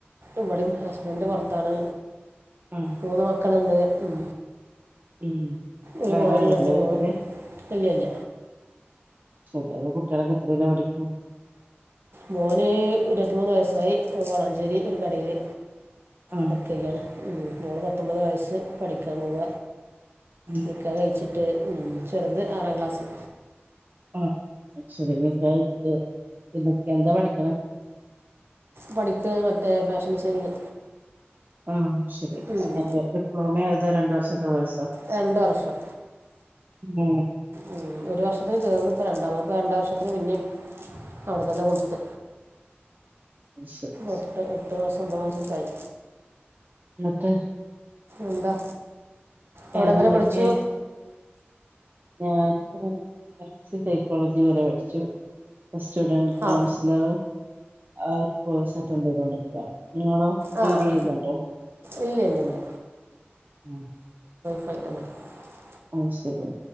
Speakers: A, on the right (about 65°); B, on the right (about 45°).
A: ഇവിടെയും ഹസ്ബൻന്റ് പുറത്താണ്
B: ആഹ്
A: മൂന്ന് മക്കളുണ്ട്. ഉം
B: ഉം
A: ഒരു
B: വേറെ
A: മോനും
B: ആരുല്ലേ
A: രണ്ടു
B: വീട്ടില്
A: മോളും, ഇല്ലല്ല
B: ശരി അവടെ കുട്ടികളക്കെ എത്രിലാ പഠിക്ക്ണേ
A: മോന് ഇരുപത്തിമൂന്ന് വയസ്സായി വളാഞ്ചേരി ഒരു കടയില്
B: ആഹ്
A: വർക്ക്യ്യാണ് ഉ മോള് പത്തൊമ്പത് വയസ്സ് പഠിക്കാൻ പോവ
B: ഉം
A: നികാഹ് കഴിച്ചിട്ട് ഉ ചെറുത് ആറാം ക്ലാസ്സ്
B: ആ ശരി നികാഹ് കഴിച്ചിട്ട് <unintelligible> എന്താ പഠിക്ക് ണേ
A: പഠിക്ക്ണത് മറ്റേ ഫാഷൻ ഡിസൈനിങ്
B: ആ ശരി
A: ഉം.
B: ഡിപ്ലോമ അതോ രണ്ട് വർഷത്തെ കോയ് സോ
A: രണ്ട വർഷം
B: ഉം
A: ഉ ഒരു വർഷത്തിന് ചേർന്നപ്പോൾ രണ്ടാ ഇപ്പ രണ്ട വർഷത്തിന് പിന്നേ അവിടെ തന്നെ കൊടുത്ത്
B: ശരി
A: എട്ട് എട്ട് മാസം ഒമ്പത് മാസംക്കെ ആയി
B: ഇന്നട്ട്
A: എന്താ
B: വേറെന്തൊക്കെയാ
A: എവിടം വരെ പഠിച്ചു
B: ഞാന് എംസി സൈക്കോളജി വരെ പഠിച്ചു സ്റ്റുഡന്റ് കൗൺസിലർ
A: ആ
B: ആ ഒരുകോയിസ് അറ്റന്റ് ചെയ്തോണ്ടിരിക്കുകയാണ് നിങ്ങളോ
A: ആ
B: ജോലി
A: ആ ആ
B: ചെയ്യുന്നുണ്ടോ
A: ഇല്ല ഇല്ല ഇല്ല
B: ഉം
A: <inaudible>
B: ആ ശരി